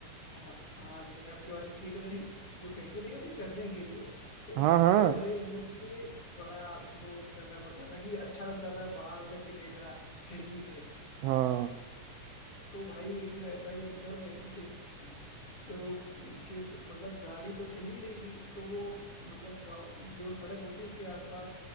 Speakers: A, on the left; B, on the right.
A: हाँ हाँ लेफ्ट वाली सीट वाली जो खिड़की नहीं होती चढ़ने के लिए तो
B: हाँ
A: वहां
B: हाँ
A: पे खड़े होने के लिए बड़ा वो करना पड़ता था कि अच्छा लगता था बाहर उजक के देखना खिड़की से
B: हाँ
A: तो भाई एक दिन ऐसा ही हम कर रहे थे <laughs> तो पीछे से मतलब गाड़ी तो चली ही रही थी तो वो मतलब गाँव जो सड़क होती है उसके आसपास